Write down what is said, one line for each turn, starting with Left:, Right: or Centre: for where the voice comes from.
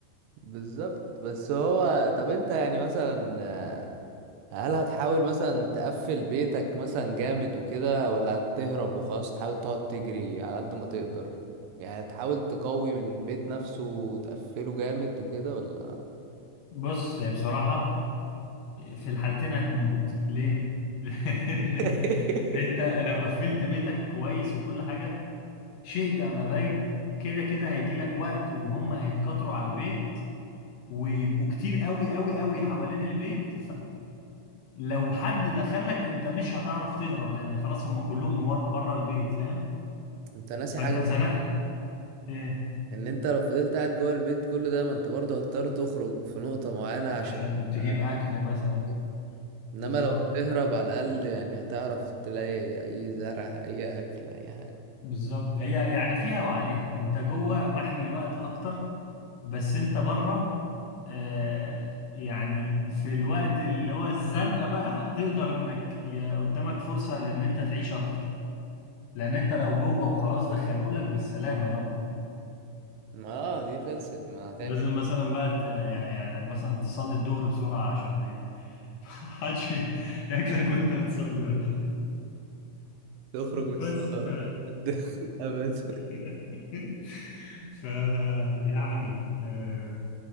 Right: بالظبط بس هو طب انت يعني مثلا آه، هل هتحاول مثلا تقفل بيتك مثلا جامد وكده ولا هتهرب وخلاص تحاول تقعد تجري على قد ما تقدر يعني هتحاول تقوي من البيت نفسه وتقفله جامد وكده ولا
Left: بص هي بصراحة في الحالتين هتموت ليه؟ <laughs>
Right: <laughs>
Left: لأن انت لو قفلت بيتك كويس وكل حاجة شئت ام ابيت كده كده هيجي لك وقت وهم هيتكاثروا على البيت ويبقوا كتير قوي قوي قوي حوالين البيت لو حد دخلك انت مش هتعرف تهرب لان خلاص هم كلهم ور- بره البيت فاهم
Right: انت ناسي
Left: فانت
Right: حاجة كمان
Left: زنقت ايه
Right: ان انت لو فضلت قاعد جوه البيت كل ده ما انت برضه هتضطر تخرج في نقطة معينة عشان
Left: عشان
Right: <laughs>
Left: تجيب اكل مثلا
Right: انما
Left: بالظبط
Right: لو بتهرب على الاقل يعني هتعرف تلاقي اي زرع اي اكل اي حاجة
Left: بالظبط هي يعني فيها وعليها انت جوه محمي الوقت اكتر بس انت بره آه يعني في الوقت اللي هو الزنقه بقى تقدر انك ي- قدامك فرصه لان انت تعيش اكتر لان انت لو جوه وخلاص دخلولك بالسلامه يابا
Right: ما آه دي خلصت ما هتعمل
Left: لازم
Right: إيه؟
Left: مثلا بقى ت- يعني يعني مثلا تصلي الظهر بسرعه عشان ما حدش ياكلك وانت بتصلي ولا
Right: تخرج من
Left: بس
Right: الصالة بقى
Left: ف
Right: لحد <laughs> الابد
Left: <laughs> ف يعني آه،